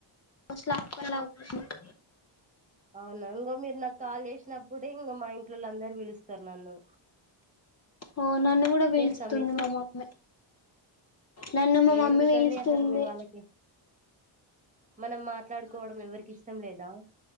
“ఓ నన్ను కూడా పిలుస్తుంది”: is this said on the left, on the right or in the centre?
Left